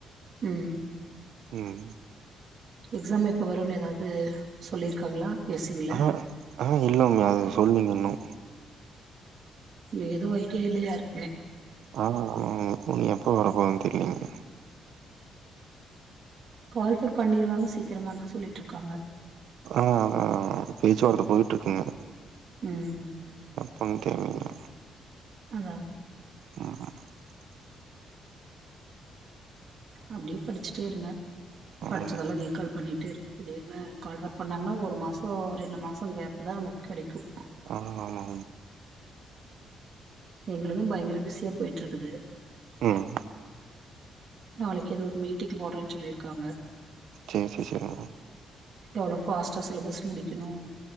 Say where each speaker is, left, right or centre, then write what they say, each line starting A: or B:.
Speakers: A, on the right; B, on the right.
A: உம்
B: உம்
A: எக்ஸாம் எப்ப வருனு எதாவது சொல்லிருக்காங்ளா? எசிம்ல
B: ஆ ஆ இல்ல மம்மி அது சொல்லீங்க இன்னு
A: இங்க எதும் ஐடியா இல்ல யாருக்குமே.
B: ஆஹ் ஆமா உ நீ எப்ப வரப்போர வீட்ல நீங்க
A: கால்பர் பண்ணிருவாங்க சீக்கிரமானுதா சொல்லிட்ருக்காங்க
B: ஆஹ் அதான் பேச்சுவார்த்த போயிட்டுருக்குங்க
A: ம்
B: பண் தேவையில்ல.
A: அதான்
B: முஹும்
A: அப்டியே படிச்சுிட்டே இருங்க
B: ம்
A: படிச்சதெல்லாம் ரீகால் பண்ணிட்டேருங்க திடீர்னு கால்ப பண்ணாங்கன்னா ஒரு மாசம் ரெண்டு மாசம் கேப் தான் நமக்கு கிடைக்கும்
B: ஆஹ் ஆமாமா
A: எங்களுதும் பயங்கர பிஸியா போயிட்டு இருக்குது
B: உம்
A: நாளைக்கு ஏதோ ஒரு மீட்டிங் போடுறேன்னு சொல்லியிருக்காங்க
B: சரி சரி சரி
A: எவ்வளோ பாஸ்ட்டா சிலபஸ் முடிக்கணும்